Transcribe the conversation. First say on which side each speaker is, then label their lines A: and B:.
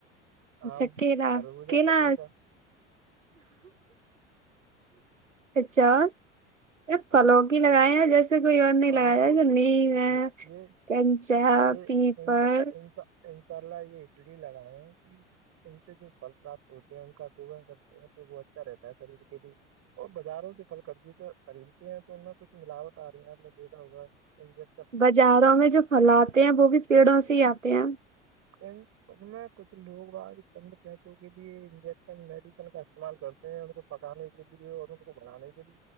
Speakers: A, on the right; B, on the right.
A: اچھا
B: آم
A: کیلا
B: کرربوجہ
A: کیلا
B: پپیتا
A: اچھا یہ پھلوں
B: اور کچھ
A: کی لگائے ہیں جیسے کوئی اور نہیں
B: ہاں
A: لگایا
B: کچھ
A: جو نہیں ہے
B: ج- یہ
A: کنچا
B: یہ
A: پیپر
B: انسا انسا انشاء اللہ یہ اس لیے لگائے ہیں کہ ان سے جو پھل پراپت ہوتے ہیں ان کا سیون کرتے ہیں تو وہ اچھا رہتا ہے شریر کے لیے اور بازاروں سے پھل خریدتے ہیں تو ان میں کچھ ملاوٹ آ رہی ہے آپ نے دیکھا ہوگا جب
A: بازاروں میں جو پھل آتے ہیں وہ بھی پیڑوں سے ہی آتے ہیں
B: فرینڈز ان کچھ لوگ آگے چند پیسوں کے لیے انجیکشن میڈیسن کا استعمال کرتے ہیں ان کو پکانے کے لیے اور ان کو بڑھانے کے لیے